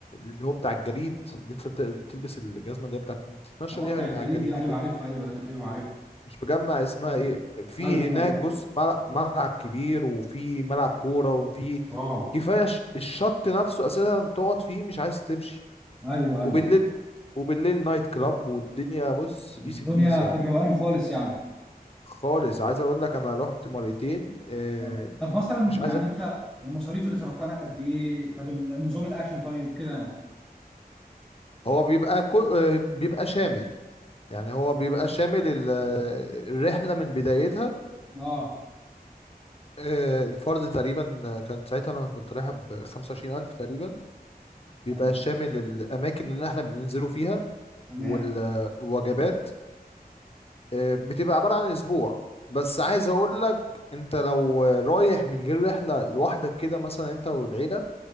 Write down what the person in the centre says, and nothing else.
اه
بتاع
الجليد
دي ايوه
عارفها ايوه ايوه عارفها
ايوه ايوه
عارفها
اه
ايوه
ايوه
الدنيا
في
الروقان خالص يعني
آه. طب مثلا
يعني
انت المصاريف اللي صرفتها هناك قد ايه؟ طب ال- نظام الاكل طيب كده يعني
اه
ايوه
تمام